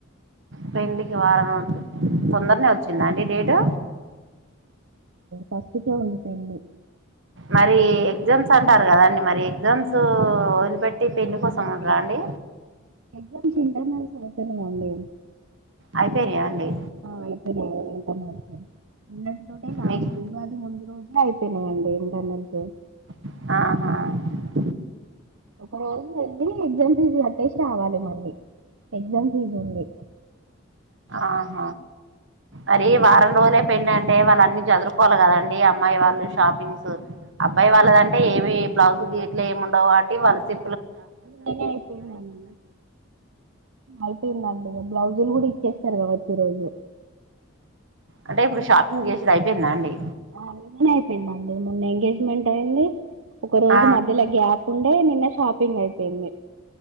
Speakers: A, on the right; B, on the right.
A: పెల్లికి వారమవుతుం తొందర్నే
B: హ్మ్.
A: వచ్చింద అండి డేటు
B: పస్తుతో వెళ్ళి పోయింది.
A: మరి ఎగ్జామ్స్ అంటారు కదా అండి మరి ఎగ్జామ్స్ వదిలిపెట్టి పెళ్లిి కోసం ఉండరా అండి
B: ఎక్సామ్స్ ఇంటర్నల్స్ అయిపోయినయి అండి
A: అయిపోయినయ అండి
B: ఆ అయిపోయినా అండి <unintelligible>
A: మీకు
B: ఉగాది ముందు రోజునా అయిపోయినాయండి ఇంటర్నల్స్
A: ఆహ
B: ఒక రోజు వెళ్ళి ఎగ్జామ్ ఫీజు కట్టేసి రావాలి మళ్ళీ ఎగ్జామ్ పుల్ చదివ
A: ఆహ అది
B: కట్టేసి
A: వారం రోజుల్లో పెళ్ల్ని టే వాళ్ళన్ని చదురుకోవాలి కదండి అమ్మాయి వాళ్ళు షాపింగ్స్ అబ్బాయి వాళ్ళదంటే
B: ఆ!
A: ఏవి బ్లౌజ్ గీట్లో ఏముండవు వాటి వాళ్ళ సి
B: నిన్ననే అయిపోయిందండి. అయిపోయిందండి. బ్లౌజులు కూడా ఇచ్చేస్తారు కావచ్చు ఈ రోజు.
A: అంటే ఇప్పుడు షాపింగ్ చేసేది అయిపోయిందాండి.
B: ఆ అయిపోయిందండి. మొన్న ఎంగేజ్మెంట్ అయింది. ఒక రోజు
A: ఆ
B: మధ్యలో గ్యాప్ ఉండే నిన్న షాపింగ్ అయిపోయింది.